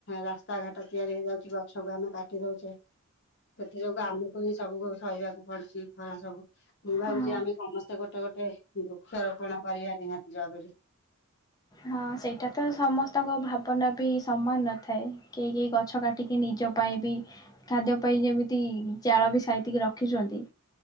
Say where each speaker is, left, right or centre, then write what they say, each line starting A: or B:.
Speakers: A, on the left; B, on the left.
A: ରାସ୍ତା ଘାଟ ତିଆରି ହେଇଯାଉଛି ଗଛକୁ ଆମେ କାଟି ଦଉଛେ। ସେଥି ଯୋଗୁ ଆମକୁ ହି ସବୁ ଆମକୁ ସହିବାକୁ ପଡୁଛି ଖରା ସବୁ, ମୁଁ ଭାବୁଛି
B: ହଁ
A: ଆମେ ସମସ୍ତେ ଗୋଟେ ଗୋଟେ ଦୁଖ ଆପଣା କରିବା ନିହାତି ଜରୁରୀ।
B: ହଁ ସେଇଟା ତ ସମସ୍ତଙ୍କ ଭାବନା ବି ସମାନ ନଥାଏ, କେହି କେହି ଗଛ କା ଟିକି ନିଜ ପାଇଁ ବି, ଖାଦ୍ୟ ପାଇଁ ଯେମିତି ଜାଳ ବି ସାଇତିକି ରଖିଛନ୍ତି।